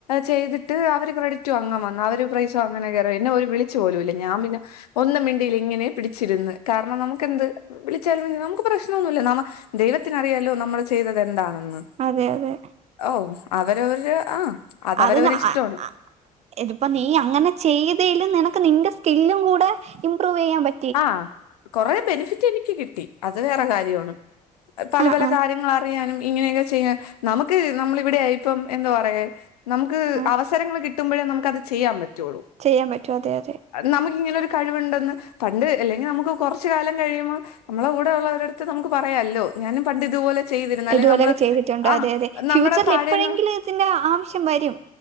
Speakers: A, on the left (about 75°); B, on the right (about 35°).
A: ചെയ്തിട്ട് അവര് ക്രെഡിറ്റ് വാങ്ങാൻ വ ന്നാ അവര് പ്രൈസ് വാങ്ങാൻ കെറി എന്നെ ഒര് വിളിച്ചാ പോലും ഇല്ല ഞാൻ പിന്നെ ഒന്നും മിണ്ടില്ലാ ഇങ്ങനെ പിടിച്ചിരുന്ന്, കാരണം നമ്മക്ക് എന്ത് വിളിച്ചാലും നമ്മക്ക് പ്രശ്നമൊന്നും ഇല്ല. നമ്മ ദൈവത്തിന് അറിയാല്ലോ നമ്മള് ചെയ്തത് എന്താ ആണെന്ന്
B: അതെയതെ
A: ഓഹ് അവരവര് ആ അതവരവരെ
B: അത് ന-
A: ഇഷ്ടാണ്.
B: അ- അ- ഇതിപ്പോ നീ അങ്ങനെ ചെയ്തേലും നിനക്ക് നിന്റെ സ്കില്ലും കൂടെ ഇമ്പ്രൂചെയ്യാപ
A: ആഹ്, കൊറെ ബെനിഫിറ്റെനിക്ക് കിട്ടി അത് വേറെ കാര്യാണ്. പല
B: ആ
A: പല
B: ആ
A: കാര്യങ്ങള റിയാനും, ഇങ്ങനെയൊക്കെ ചെയ്യാൻ, നമുക്ക് നമ്മളിവിടെയിപ്പം എന്താ പറയേ? നമുക്ക്
B: ആ
A: അവസരങ്ങള് കിട്ടുമ്പോഴേ, നമുക്കത് ചെയ്യാൻ പറ്റൊള്ളൂ.
B: ചെയ്യാൻ പറ്റും, അതെ അതെ
A: നമുക്കിങ്ങനെയൊരു കഴിവ്ണ്ടെന്ന് പണ്ട് എല്ലെങ്കി, നമുക്ക് കൊറച്ച് കാലം കഴിയുമ്പോ മ്മളെ കൂടെയു ള്ളവരട്ത്ത് നമുക്ക് പറയാല്ലോ! ഞാനും പണ്ടിതുപോലെ ചെയ്തിരുന്നു അല്ലെങ്കി
B: ഇതുപോലെയൊക്കെ
A: നമ്മള്
B: ചെയ്തിട്ടുണ്ട്
A: ആ
B: അതെ അതെ ഫ്യൂച്ചറിൽ
A: നമ്മളെ താഴേന്ന്
B: എപ്പോഴെങ്കിലും ഇതിന്റെ ആവശ്യം വരും.